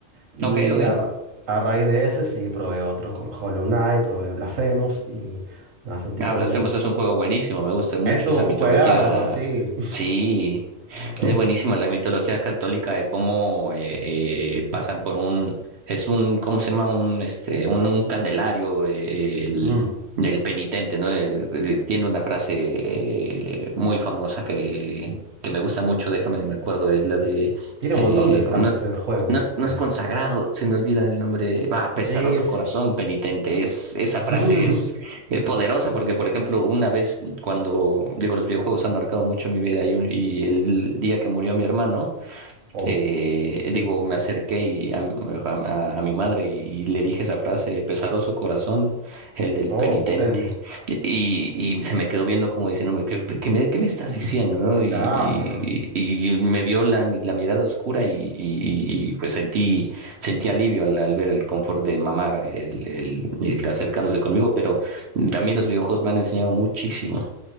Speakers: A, on the right; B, on the right.
A: Y
B: Ok, ok.
A: a, ra- a raíz de ese sí probé otros como Hollow Knight, probé Blasphemous y nada, son tipo
B: Ah, Blasphemous
A: de...
B: es un juego buenísimo, me gusta mucho
A: Es un
B: esa mitología.
A: juegardo, sí. <laughs>
B: Sí, es
A: Es...
B: buenísima la mitología católica de cómo eh, eh, pasan por un, es un, ¿cómo se llama? Un, este, un, un candelario eh, el-
A: mm,
B: del penitente, ¿no? Eh, eh, tiene una frase eh, muy famosa que, que me gusta mucho, déjame, me acuerdo, es la de,
A: Tiene
B: eh,
A: un montón de frases
B: no-
A: en el juego.
B: no es, no
A: El...
B: es consagrado, se me olvida el nombre. Ah, pesaroso
A: Sí.
B: corazón penitente. Es, esa
A: sí.
B: frase es, es poderosa porque,
A: <laughs>
B: por ejemplo, una vez cuando, digo, los videojuegos han marcado mucho mi vida y, un- y el día que murió mi hermano,
A: Oh,
B: eh,
A: sí.
B: digo, me acerqué y a, a- a- mi madre y, y le dije esa frase, pesaroso corazón, el del
A: Oh,
B: penitente.
A: potente.
B: Y, y se me quedó viendo como diciéndome, ¿qué, qué me, qué me estás diciendo, no? Y,
A: Claro.
B: y, y y me vio la, la mirada oscura y, y, y, pues sentí, sentí alivio al, al ver el confort de mamá el, el, el acercándose conmigo, pero a mí
A: ¿no?
B: los
A: Mm.
B: videojuegos me han enseñado muchísimo.